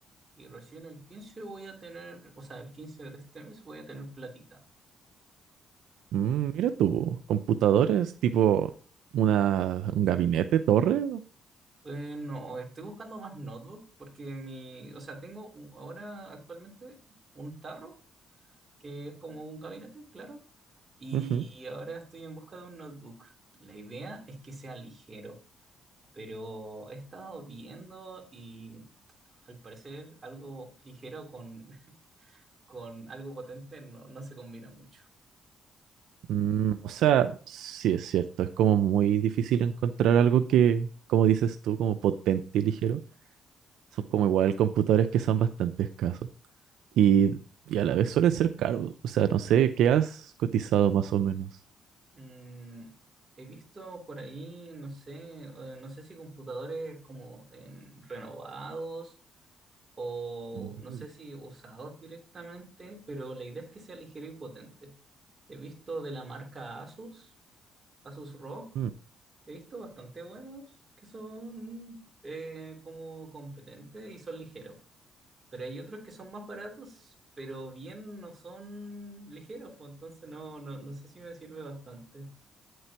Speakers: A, on the right; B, on the right.
A: y recién el 15 voy a tener, o sea, el 15 de este mes voy a tener platita.
B: Mm, mira tú, computadores tipo una, un gabinete, torre.
A: Eh, no, estoy buscando más notebook porque mi, o sea, tengo u- ahora actualmente un tarro, que es como un gabinete, claro, y
B: Ujú.
A: ahora estoy en busca de un notebook. La idea es que sea ligero. Pero he estado viendo y al parecer algo ligero con, con algo potente no, no se combina mucho.
B: Mm, o sea, sí es cierto, es como muy difícil encontrar algo que, como dices tú, como potente y ligero. Son como igual computadores que son bastante escasos. Y, y a la vez suelen ser caros. O sea, no sé, ¿qué has cotizado más o menos?
A: Mm, he visto por ahí, no sé, eh, no sé si computadores como en renovados o
B: Mm,
A: no sé si usados directamente, pero la idea es que sea ligero y potente. He visto de la marca Asus, Asus ROG.
B: mm.
A: He visto bastante buenos que son eh, como competentes y son ligeros, pero hay otros que son más baratos, pero bien no son ligeros, pues, entonces no, no, no sé si me sirve bastante.